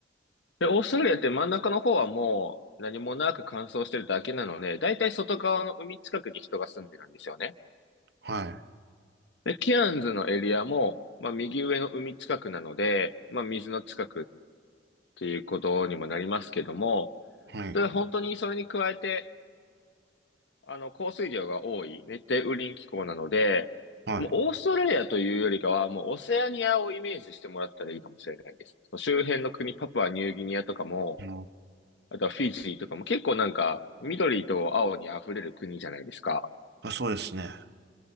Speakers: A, on the left; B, on the right.
A: で、オーストラリアって真ん中の方はもう何もなく乾燥してるだけなので、だいたい外側の海近くに人が住んでるんですよね。
B: はい。
A: で、ケアンズのエリアも、まあ右上の海近くなので、まあ水の近くっていうことにもなりますけども、
B: はい。
A: ただ本当にそれに加えて、あの、降水量が多い熱帯雨林気候なので、
B: はい。
A: もうオーストラリアというよりかは、もうオセアニアをイメージしてもらったらいいかもしれないです。周辺の国、パプアニューギニアとかも、
B: うん
A: あとはフィジーとかも結構なんか緑と青に溢れる国じゃないですか。
B: あ、そうですね。あ